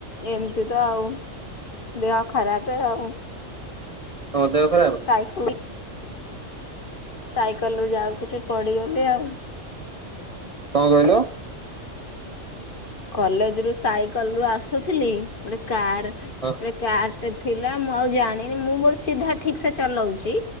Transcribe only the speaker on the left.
ଏମିତି ତ ଆଉ। ଦେହ ଖରାପେ ଆଉଁ।
ନାଇଁ। ସାଇକେଲ ରୁ ଯାଉଥିଲି ପଡିଗଲି ଆଉ।
କଲେଜ ରୁ ସାଇକେଲ ରୁ ଆସୁଥିଲି। ଗୋଟେ କାର,
ଗୋଟେ କାର ଏ ଥିଲା ମୁଁ ଆଉ ଜାଣିନି, ମୁଁ ମୋର ସିଧା ଠିକ୍ ସେ ଚଲଉଚି।